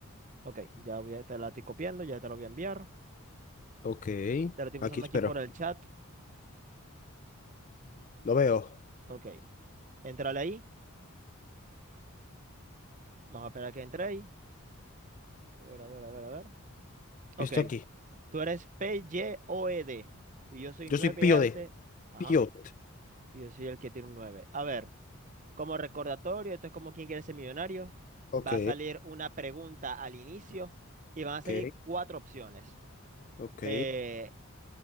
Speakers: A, on the right (about 35°); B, on the left (about 35°).
A: Ok, ya voy a- te la estoy copiando, ya te lo voy a enviar.
B: Ok,
A: Te lo estoy pasando
B: aquí espero.
A: aquí por el chat.
B: Lo veo.
A: Ok, entrale ahí. Vamos a esperar a que entréis. A ver, a ver, a ver, a ver. Ok,
B: Estoy aquí.
A: tú eres PYOED y O E D y yo soy
B: Yo
A: 9
B: soy Pío
A: hace.
B: de
A: Ajá.
B: Piot.
A: Y yo soy el que tiene un 9. A ver. Como recordatorio, esto es como quién quiere ser millonario.
B: Ok,
A: Va a salir una pregunta al inicio y van
B: ok,
A: a salir cuatro opciones.
B: ok.
A: Eh,